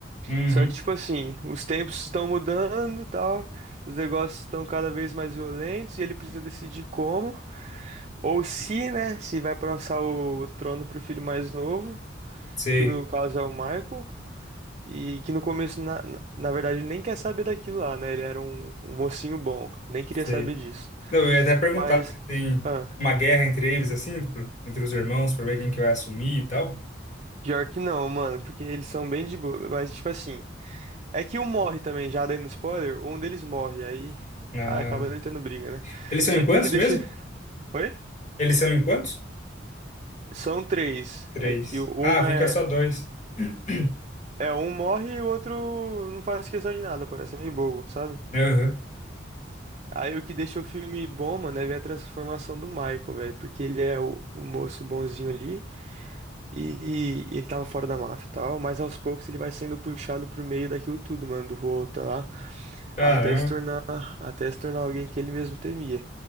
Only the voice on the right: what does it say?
Só que, tipo assim, os tempos estão mudando, tal, os negócios estão cada vez mais violentos e ele precisa decidir como, ou se, né, se vai passar o, o trono pro filho mais novo,
que no caso é o Michael, e que no começo, na, na na verdade, ele nem quer saber daquilo lá, né, ele era um, um mocinho bom, nem queria
saber disso.
Mas,
ah,
pior que não, mano, porque eles são bem de boa, mas, tipo assim, é que um morre também, já dando spoiler, um deles morre, aí,
aí acaba não tendo briga, né?
Só
que o que deixa
Oi?
São três.
É que o- um
é,
é um morre e o outro não faz questão de nada, parece meio bobo, sabe?
Aí o que deixa o filme bom, mano, é ver a transformação do Michael, velho. Porque ele é o, o moço bonzinho ali e, e ele tava fora da máfia e tal, mas aos poucos ele vai sendo puxado pro meio daquilo tudo, mano, do rolo, tá lá,
até se tornar, até se tornar alguém que ele mesmo temia.